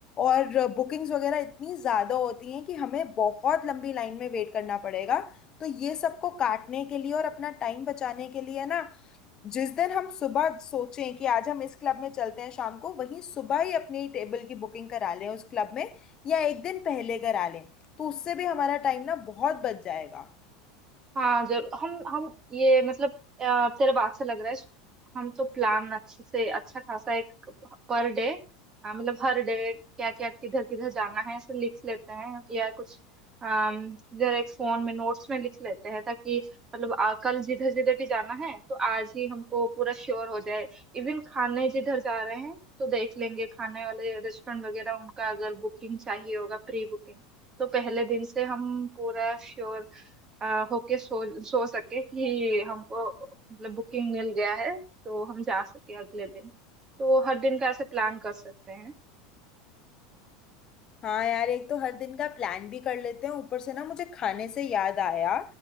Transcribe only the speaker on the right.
हाँ जरूर हम हम ये मतलब अ, तेरे बात से लग रहा है हम तो प्लान अच्छे से अच्छा खासा एक पर डे मतलब हर डे क्या क्या किधर किधर जाना है ऐसे लिख लेते हैं या कुछ अम, किधर एक फोन में नोट्स में लिख लेते हैं ताकि मतलब आ, कल जिधर जिधर भी जाना है तो आज ही हमको पूरा श्योर हो जाए इवन खाने जिधर जा रहे हैं तो देख लेंगे खाने वाले रेस्टोरेंट वगैरह उनका अगर बुकिंग चाहिए होगा प्री बुकिंग तो पहले दिन से हम पूरा श्योर आ, होके सो सो सके कि हमको मतलब बुकिंग मिल गया है तो हम जा सके अगले दिन तो हर दिन का ऐसे प्लान कर सकते हैं